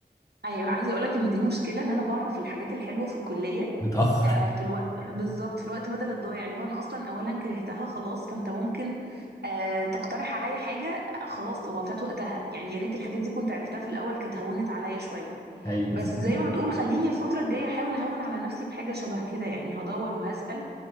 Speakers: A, on the right; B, on the left.
A: ايوه عايزة اقولك ان دي مشكلة ان انا بعرف الحاجات الحلوة في الكلية
B: متاخر
A: آه في الوقت بالظبط في الوقت بدل الضايع اللي هو انا اصلا اولا كرهتها خلاص فانت ممكن آه تقترح عليا حاجة آه، خلاص هو فات وقتها يعني يا ريت الحاجات دي كنت عرفتها في الاول كانت هونت عليا شوية
B: ايوه
A: بس
B: بالظبط.
A: زي ما بتقول خليني الفترة الجاية احاول اهون على نفسي بحاجة شبه كده يعني هدور وهسأل